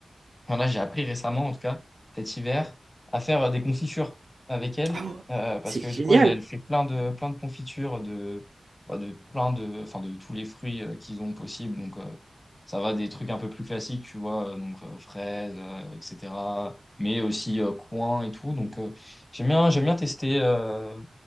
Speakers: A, on the left; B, on the right.
A: Enfin, là, j'ai appris récemment, en tout cas, cet hiver, à faire euh, des confitures avec elle,
B: Ah ouais,
A: euh, parce
B: c'est
A: que
B: génial.
A: du coup, elle, elle fait plein de, plein de confitures de, bah, de plein de, enfin, de tous les fruits euh, qu'ils ont possible. Donc, euh, ça va des trucs un peu plus classiques, tu vois, euh, donc euh, fraises, euh, etc. Mais aussi euh, coin et tout. Donc, euh, j'aime bien, j'aime bien tester. euh,